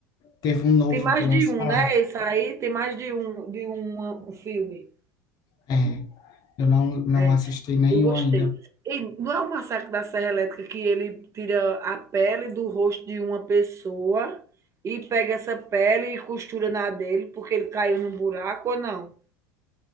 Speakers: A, on the left; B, on the right.
A: Teve um novo
B: Tem mais
A: que lançaram.
B: de um, né? Esse aí tem mais de um, de um, um filme.
A: É, eu não, não
B: É,
A: assisti nenhum
B: eu gostei.
A: ainda.
B: E não é o Massacre da Serra Elétrica que ele tira a pele do rosto de uma pessoa e pega essa pele e costura na dele porque ele caiu num buraco ou não?